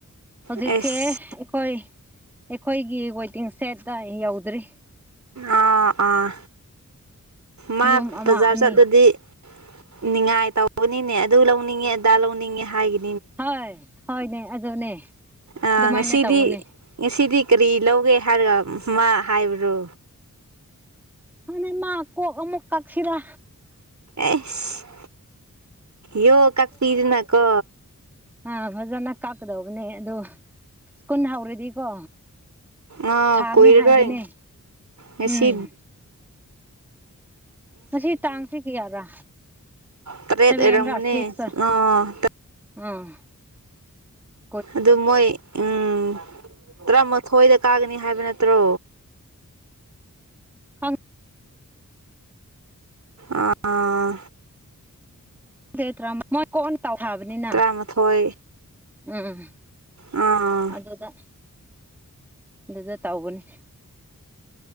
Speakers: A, in the centre; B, on the right.
A: ꯍꯧꯖꯤꯛꯁꯦ
B: ꯑꯦꯁ
A: ꯑꯩꯈꯣꯏ ꯑꯩꯈꯣꯏꯒꯤ ꯋꯦꯇꯤꯡ ꯁꯦꯠꯇ ꯌꯧꯗ꯭ꯔꯤ
B: ꯑꯥ ꯑꯥ ꯃꯥ
A: ꯌꯨꯝ ꯑꯃ
B: ꯕꯖꯥꯔ
A: ꯑꯅꯤ
B: ꯆꯠꯂꯗꯤ ꯅꯤꯡꯉꯥꯏ ꯇꯧꯕꯅꯤꯅꯦ ꯑꯗꯨ ꯂꯧꯅꯤꯡꯉꯦ ꯑꯗꯥ ꯂꯧꯅꯤꯡꯉꯦ ꯍꯥꯏꯒꯤ
A: ꯍꯣꯏ ꯍꯣꯏꯅꯦ ꯑꯗꯨꯅꯦ
B: ꯑ
A: ꯑꯗꯨꯃꯥꯏꯅ
B: ꯉꯁꯤꯗꯤ
A: ꯇꯧꯕꯅꯦ
B: ꯉꯁꯤꯗꯤ ꯀꯔꯤ ꯂꯧꯒꯦ ꯍꯥꯏꯔꯒ ꯃꯥ ꯍꯥꯏꯕ꯭ꯔꯣ
A: <unintelligible> ꯃꯥ ꯀꯣꯛ ꯑꯃꯨꯛ ꯀꯛꯁꯤꯔ
B: ꯑꯦꯁ ꯌꯣ ꯀꯛꯄꯤꯗꯅꯀꯣ
A: ꯑ ꯐꯖꯅ ꯀꯥꯞꯀꯗꯧꯕꯅꯦ ꯑꯗꯨ ꯁ꯭ꯀꯨꯟ ꯍꯧꯔꯗꯤꯀꯣ
B: ꯑꯥ
A: ꯁꯥꯡꯉꯦ
B: ꯀꯨꯏꯔꯔꯣꯏ
A: ꯍꯥꯏꯒꯅꯤ
B: ꯉꯁꯤ
A: ꯎꯝ ꯉꯁꯤ ꯇꯥꯡꯁꯤ ꯀꯌꯥꯔꯥ
B: ꯇꯔꯦꯠ
A: ꯁꯚꯦꯟꯔꯥ
B: ꯑꯣꯏꯔꯝꯒꯅꯤ
A: ꯁꯤꯛꯁꯔ
B: <unintelligible>
A: <unintelligible>
B: ꯑꯗꯨ ꯃꯣꯏ ꯎꯝ ꯇꯔꯥꯃꯥꯊꯣꯏꯗ ꯀꯥꯒꯅꯤ ꯍꯥꯏꯕ ꯅꯠꯇ꯭ꯔꯣ
A: ꯈꯪ
B: ꯑꯥ ꯑꯥ
A: <unintelligible> ꯃꯣꯏ ꯀꯣꯟ ꯇꯧ ꯈꯔꯥꯕꯅꯤꯅ
B: ꯇꯔꯥꯃꯥꯊꯣꯏ
A: ꯎꯝ
B: ꯑꯥ
A: ꯑꯗꯨꯗ ꯑꯗꯨꯗ ꯇꯧꯒꯅꯤ